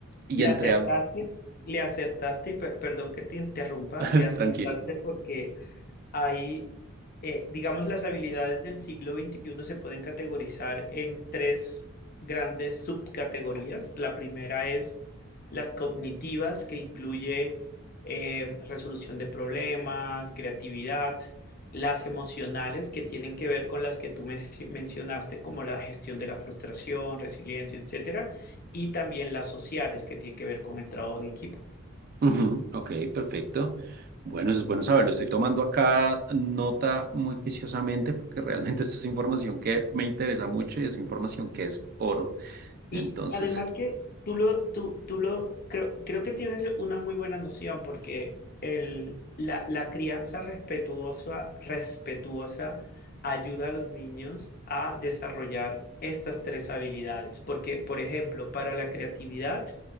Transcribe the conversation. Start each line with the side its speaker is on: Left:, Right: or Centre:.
Right: Y
Left: Le
Right: entre
Left: acertaste,
Right: a...
Left: le acertaste, y per- perdón que te interrumpa,
Right: <laughs>
Left: le acertaste
Right: Tranquilo.
Left: porque Hay, eh, digamos, las habilidades del siglo XXI se pueden categorizar en tres grandes subcategorías. La primera es las cognitivas, que incluye eh, resolución de problemas, creatividad. Las emocionales, que tienen que ver con las que tú men- mencionaste, como la gestión de la frustración, resiliencia, etcétera. Y también las sociales, que tienen que ver con el trabajo en equipo.
Right: Ujú, Ok, perfecto. Bueno, eso es bueno saberlo. Estoy tomando acá nota muy juiciosamente porque realmente esto es información que me interesa mucho y es información que es oro.
Left: Y
Right: Entonces,
Left: además que tú lo, tú, tú lo, creo, creo que tienes una muy buena noción porque el, la, la crianza respetuosa, respetuosa ayuda a los niños a desarrollar estas tres habilidades. Porque, por ejemplo, para la creatividad